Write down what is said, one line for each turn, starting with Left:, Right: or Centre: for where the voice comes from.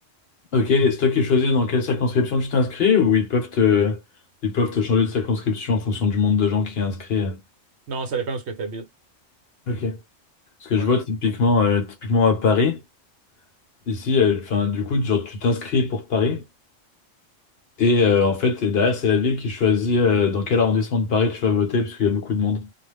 Left: Ok, et c'est toi qui choisis dans quelle circonscription tu t'inscris ou ils peuvent te, ils peuvent te changer de circonscription en fonction du nombre de gens qui est inscrit? euh
Right: Non, ça dépend où ce que tu habites.
Left: Ok. Parce que
Right: Ouais.
Left: je vois typiquement, euh, typiquement à Paris. Ici, euh, enfin, du coup, genre, tu t'inscris pour Paris et euh, en fait, et derrière, c'est la ville qui choisit euh, dans quel arrondissement de Paris tu vas voter parce qu'il y a beaucoup de monde.